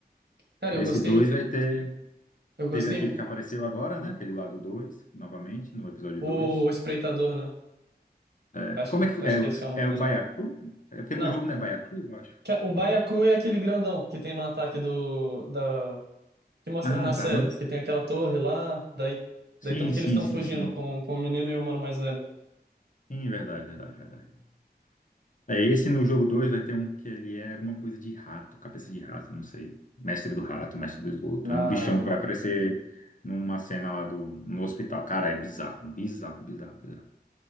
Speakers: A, on the right; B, on the left.
A: Cara,
B: Nesse
A: eu gostei.
B: 2 vai ter.
A: Eu gostei.
B: Teve aquele que apareceu agora,
A: hum,
B: né? Aquele lá do 2, novamente, no episódio
A: O
B: dois
A: Espreitador, né?
B: É,
A: Acho
B: como
A: que,
B: é que. É,
A: acho que esse que é o nome
B: é o
A: dele.
B: Baiacu? É porque
A: Não.
B: no jogo não é Baiacu, eu acho.
A: que- é, O Baiacu
B: Ou é-
A: é aquele grandão que tem no ataque do, da, que mostra
B: Ah,
A: na série,
B: tá. Não.
A: que tem aquela torre lá, daí,
B: Sim,
A: daí tanto que
B: sim,
A: eles estão
B: sim,
A: fugindo
B: sim.
A: com, com o menino e o mano mais velho.
B: Sim, verdade, verdade, verdade. É, esse no jogo 2 vai ter um que ele é alguma coisa de rato, cabeça de rato, não sei. Mestre do rato, mestre do esgoto.
A: Na,
B: É um bichão
A: no-
B: que vai aparecer numa cena lá do, no hospital. Cara, é bizarro, bizarro, bizarro, bizarro.